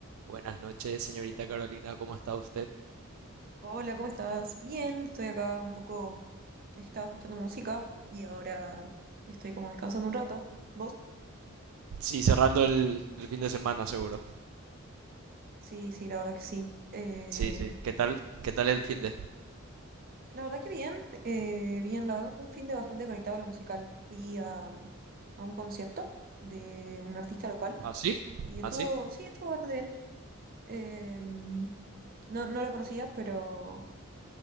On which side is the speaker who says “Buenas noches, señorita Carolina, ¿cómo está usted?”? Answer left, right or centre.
Right